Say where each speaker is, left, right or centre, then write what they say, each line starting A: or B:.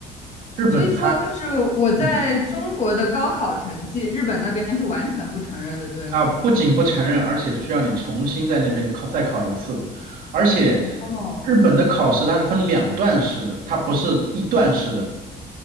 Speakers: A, on the right; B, on the left.
A: 日本它
B: 所以说就是我在中国的高考成绩，
A: 嗯
B: 日本那边是完全不承认的，对吗？
A: 啊，不仅不承认，而且需要你重新在那边考再考一次，而且
B: 哦，
A: 日本的考试它是分两段式的，它不是一段式的。